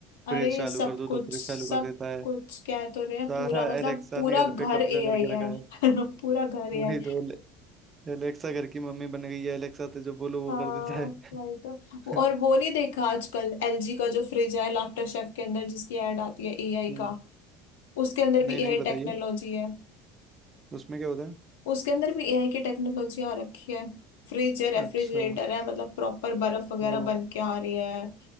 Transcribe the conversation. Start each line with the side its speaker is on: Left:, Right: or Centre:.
Left: अरे
Right: फ्रिज चालू
Left: सब
Right: कर दो
Left: कुछ
Right: तो फ्रिज
Left: सब
Right: चालू कर देता है
Left: कुछ कह तो रहे हैं
Right: सारा
Left: पूरा मतलब
Right: एलेक्सा
Left: पूरा
Right: ने घर
Left: घर
Right: पे कब्जा
Left: एआई
Right: करके
Left: है
Right: रखा
Left: <laughs>
Right: है
Left: पूरा घर एआई
Right: वही तो एलेक्सा घर की मम्मी बन गई है एलेक्सा तो जो बोलो वो
Left: हाँ
Right: कर देता है
Left: वही तो
Right: <laughs>
Left: और वो नहीं देखा आजकल एलजी का जो फ्रिज है लाफ्टर शेफ के अंदर जिसकी ऐड आती है एआई
Right: हम्म
Left: का उसके अंदर
Right: नहीं
Left: भी
Right: नहीं
Left: एआई
Right: बताइए
Left: टेक्नोलॉजी है
Right: उसमें क्या होता है
Left: उसके अंदर भी एआई की टेक्नोलॉजी आ रखी है फ्रिज है रेफ्रिजरेटर
Right: अच्छा
Left: है मतलब प्रॉपर बर्फ वगैरह
Right: ओ
Left: बन के आ रही है